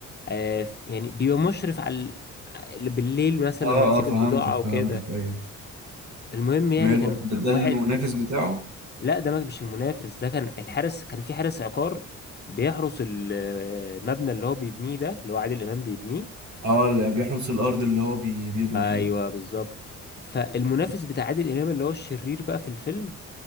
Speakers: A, on the left (about 35°); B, on the right (about 70°).
A: آه، يعني بيبقى مشرف على ال- بالليل مثلا
B: اه اه
A: لما تسيب
B: اه فهمتك
A: البضاعة وكده
B: فهمتك ايوه
A: المهم يعني
B: ماله
A: كان
B: ده ده
A: واحد
B: المنافس بتاعه
A: لا ده ما- مش المنافس ده كان الحارس كان في حارس عقار بيحرس ال- المبنى اللي هو بيبنيه ده اللي هو عادل امام بيبنيه
B: اه اللي بيحرس الارض اللي هو بي... بيبني
A: ايوه
B: فيها
A: بالظبط فالمنافس بتاع عادل امام اللي هو الشرير بقى في الفيلم